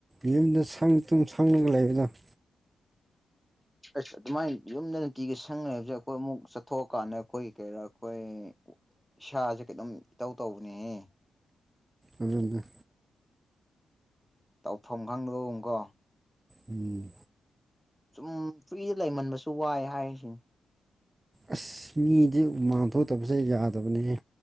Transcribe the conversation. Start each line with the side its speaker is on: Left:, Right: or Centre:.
Right: ꯌꯨꯝꯗ ꯁꯪ ꯇꯨꯝ ꯁꯪꯉꯒ ꯂꯩꯕꯗꯣ
Centre: ꯑꯁ ꯑꯗꯨꯃꯥꯏꯅ ꯌꯨꯝꯗ ꯇꯤꯒ ꯁꯪꯅꯦ ꯍꯥꯏꯕꯁꯦ ꯑꯩꯈꯣꯏ ꯑꯃꯨꯛ ꯆꯠꯊꯣꯛꯑꯀꯥꯟꯗ ꯑꯩꯈꯣꯏꯒꯤ ꯀꯩꯔꯥ ꯑꯩꯈꯣꯏ ꯏꯁꯥꯁꯦ ꯀꯩꯅꯥꯝ ꯏꯇꯧ ꯇꯧꯕꯅꯤꯌꯦ
Right: ꯑꯗꯨꯅꯦ
Centre: ꯇꯧꯐꯝ ꯈꯪꯗꯕꯒꯨꯝ ꯀꯣ
Right: ꯎꯝ
Centre: ꯁꯨꯝ ꯐ꯭ꯔꯤꯗ ꯂꯩꯃꯟꯕꯁꯨ ꯋꯥꯏ ꯍꯥꯏꯔꯤꯁꯤꯅꯤ
Right: ꯑꯁ ꯃꯤꯗꯤ ꯍꯨꯃꯥꯡ ꯊꯣꯛꯇꯕꯁꯦ ꯌꯥꯗꯕꯅꯤ ꯍꯦ